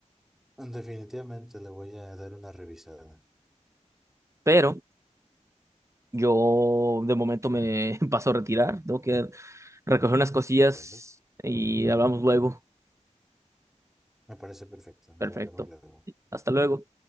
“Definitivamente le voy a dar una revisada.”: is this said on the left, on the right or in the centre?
Centre